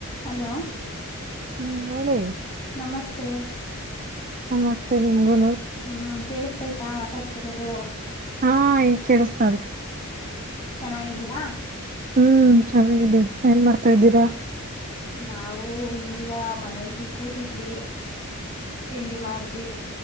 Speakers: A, on the left; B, on the right.
A: Hello.
B: ಹ್ಮ್ ಹೇಳಿ
A: ನಮಸ್ತೆ.
B: ನಮಸ್ತೆ ನಿಮ್ಗುನು
A: ಹ್ಮ್ ಕೇಳಿಸ್ತಾಯ್ತಾ ಮಾತಾಡ್ತಿರೋದು.
B: ಹಾ ಈ ಕೇಳಿಸತಾದ್ರಿ
A: ಚೆನ್ನಾಗಿದ್ದೀರಾ
B: ಹ್ಮ್ ಚೆನ್ನಾಗಾಗಿದೆಿ ಏನ್ ಮಾಡ್ತಾ ಇದ್ದೀರಾ
A: ನಾವು ಈಗ ಮನೇಲಿಕೂತಿದ್ವಿ ತಿಂಡಿ ಮಾಡಿದ್ವಿ.